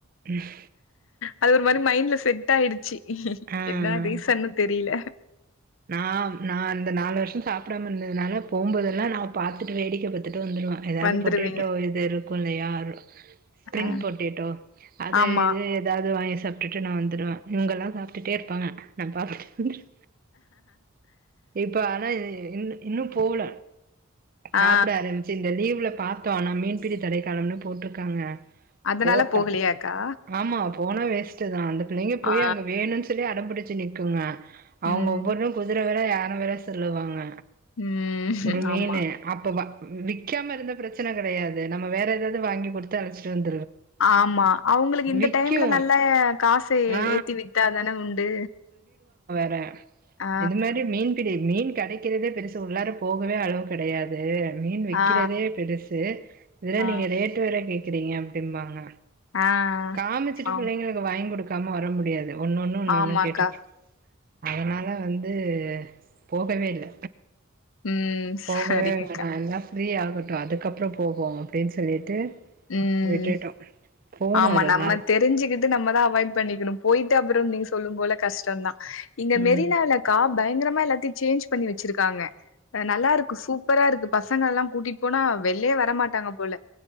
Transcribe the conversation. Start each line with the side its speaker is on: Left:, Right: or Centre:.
Right: உம்
Left: அது ஒரு மாரி மைண்ட்ல செட் ஆயிடுச்சு
Right: ஆ
Left: என்ன ரீசன்னு
Right: ஆ
Left: தெரியல
Right: நா நா அந்த நாலு வருஷம் சாப்டாம இருந்ததுனால போம்போதெல்லா நா பாத்துட்டு வேடிக்க பாத்துட்டு ட்டு வந்துருவ ஏதாவது
Left: வந்துருவீங்க
Right: பொட்டேட்டோ இது இருக்கு இல்லயா பிரிங்
Left: ஆ
Right: பொட்டேட்டோ அது
Left: ஆமா
Right: இது ஏதாவது வாங்கி சாப் சாப்ட்டுட்டு நா வந்துருவே இங்க எல்லா சாப்ட்டுட்டே இருப்பாங்க நா பாத்துட்டு <unintelligible> இப்ப ஆனா இன்னு இன்னு போல சாப்பிட
Left: ஆ
Right: ஆரம்பிச்சு இந்த டீவில பாத்தோ மீன் பிடி தடைக்கலம்னு போட்டிருக்காங்க
Left: அதனால
Right: போட்ட
Left: போகலையாக்கா
Right: ஆமா போனா வேஸ்ட் தா அந்த பிள்ளைங்க போய்
Left: ஆ
Right: அங்க வேணுன் சொல்லி அட பிடி ச்சு நிக்குங்க அவுங்க
Left: ம்
Right: குதிர வெல யான வெல சொல்லுவாங்க
Left: ம்
Right: ஒரு மீனு
Left: ஆமா
Right: அப்பவ விக்காம இருந்த பிரச்சன கெடையாது நம்ம வேற ஏதாவது வாங்கி குடுத்து அழச்சிட்டு வந்து
Left: ஆமா அவுங்களுக்கு இந்த
Right: விக்கு
Left: டைம்ல நல்லா காச
Right: ஆ
Left: ஏத்தி வித்தா தான உண்டு
Right: அ
Left: ஆ
Right: இது மாரி மீன்பிடி மீன் கெடைக்கிறதே பெருசு உள்ளார போகவே அளவு கெடையாது மீன் வக்கிறதே
Left: ஆ
Right: பெருசு இதுல
Left: ஆ
Right: நீங்க ரேட்டு வேர கேக் றீங்க அப்படிம்பாங்க
Left: ஆ
Right: காமிச்சிட்டு
Left: ஆமா
Right: பிள்ளைங்களுக்கு வாங்கி கொடுக்க ங்கமா வர முடியாது ஒன்னொன்னு ஒன்னொன்னு
Left: ஆமாக்கா
Right: கேட்டு அதனால வந்து போகவே இல்ல
Left: ம்
Right: போகவே
Left: சரிங்கக்கா
Right: வேணா எல்லா ஃப்ரீ ஆகட்டு அதுக்கப்புறோ போவோ அப்படின் சொல்லிட்டு
Left: ம்
Right: விட்டுட்டோ போணு
Left: ஆமா
Right: ஒரு
Left: நம்ம
Right: நாள்
Left: தெரிஞ்சுக்கிட்டு நம்மதா அவாய்ட் பண்ணிக்கணு போயிட்டு அப்புற நீங்க சொல்லு போல கஷ்டந்தா இங்க
Right: ம்
Left: மெரினாலக்கா பயங்கரமா எல்லாத்தையு சேஞ்ச் பண்ணி வச்சிருக்காங்க நல்லா இருக்கு சூப்பரா இருக்கு பசங்க எல்லா கூட்டிட்டு போனா வெளியே வர மாட்டாங்க போல